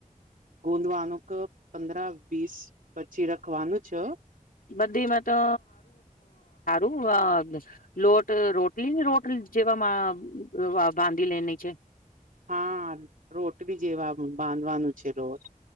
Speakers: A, on the right; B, on the left.
A: ગુંદવાનું પંદર વીસ પછી રખવાનું છે.
B: બધીમાં તો <inaudible> લોટ રોટલી ને રોટ જેવામાં બાંધી લેની છે.
A: હા <inaudible> બી જેવા બાંધવાનું છે, <inaudible>